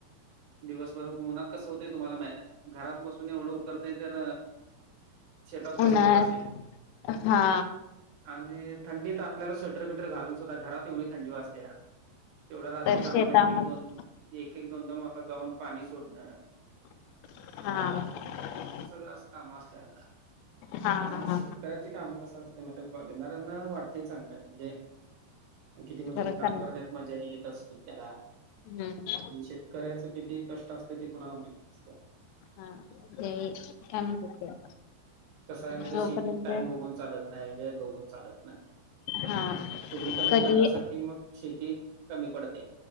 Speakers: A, on the right; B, on the left.
A: दिवसभर उन्हात कसं होतं तुम्हाला माहितय घरात बसून एवढं उकरते तर शेतात कसं
B: उन्हाळ्यात
A: होत असेल
B: हा
A: आणि थंडीत आपल्याला स्वेटर बटर घालून सुद्धा घरात एवढी थंडी वाजत्या तेवढ्या रात्रीत
B: तर शेतामध्ये
A: आम्हांला एक- एक दोन, एक -एक, दोन- दोन वाजता जाऊन पाणी सोडणं.
B: <unintelligible> हा..
A: सगळं असं काम असत्यात
B: हा
A: त्यामुळ
B: हा
A: शिक शेतकऱ्यांची काम कसं असतयं महित्या बघणाऱ्यांना वाटतंय चांगलाय जे किती म्हणजे
B: खर
A: काम
B: चाल
A: करण्यात मज्जा येत असतील त्याला.
B: हं‌..
A: शेतकऱ्याचं किती कष्ट असतंय ते कुणाला माहित नसतं.
B: हा ते काय म्हणत्यात ते..
A: कसाय माहिताय
B: जोपर्यंत
A: शेतीत टाइम बघून चालत नाही, वेळ बघून चालत नाही.
B: हा
A: तुम्हीं कमी
B: कधी
A: पडलासा की मग शेती कमी पडती.